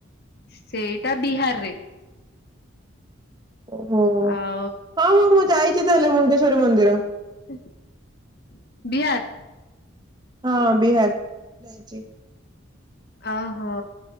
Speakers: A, on the left; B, on the right.
A: ସେଇ ଟା ବିହାରରେ।
B: ଓହୋ
A: ଆଉ
B: ହଉ ହଉ ମୁଁ ଯାଇଛି ତାହେଲେ ମୁଣ୍ଡ ମନ୍ଦିର
A: <inaudible> ବିହାର
B: ହଁ ବିହାର ଯାଇଛି।
A: ଆହୋ।